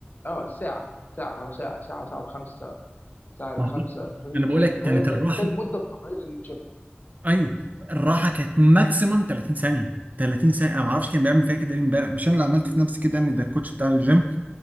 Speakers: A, on the left; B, on the right.
A: اه ساعه ساعه ساعه ساعه ساعه وخمسه ساعه الا
B: ما هو
A: خمسه في الحدود
B: انا بقول
A: دي يعني
B: لك كانت
A: هو ده ده,
B: الراحه
A: ده المده الطبيعيه للجيم
B: ايوه الراحه كانت ماكسيمم 30 ثانيه 30 ثانيه انا ما اعرفش كان بيعمل فيا كده ليه امبارح مش انا اللي عملت في نفسي كده يعني ده الكوتش بتاع الجيم